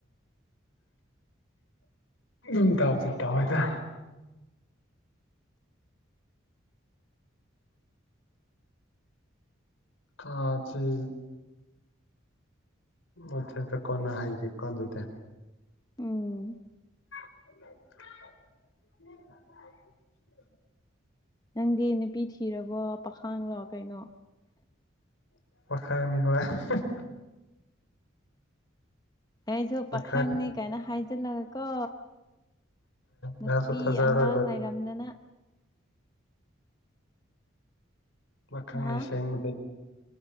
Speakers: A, on the left; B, on the left.
A: ꯌꯨꯝ ꯄꯥꯟꯁꯤ ꯄꯥꯜꯂꯣꯏꯗ <unintelligible> ꯑꯆꯥ ꯑꯆꯥ ꯀꯣꯟꯅ ꯍꯥꯏꯒꯦ ꯀꯣ ꯑꯗꯨꯗꯤ
B: ꯑꯣ
A: <unintelligible>
B: ꯅꯪꯗꯤ ꯅꯨꯄꯤ ꯊꯤꯔꯕꯣ ꯄꯥꯈꯥꯡꯔꯣ ꯀꯩꯅꯣ
A: <unintelligible>
B: ꯑꯩꯁꯨ
A: ꯄꯥꯈꯪ
B: ꯄꯥꯈꯪꯅꯤ ꯀꯥꯏꯅ ꯍꯥꯏꯖꯤꯜꯂꯒꯀꯣ ꯅꯨꯄꯤ
A: ꯅꯪꯁꯨ ꯊꯥꯖꯔꯣꯏꯕ
B: ꯑꯉꯥꯡ ꯂꯩꯔꯝꯗꯅ
A: ꯃꯥꯈꯪꯅꯤꯁꯤ
B: ꯍꯥ
A: ꯑꯃꯗꯤ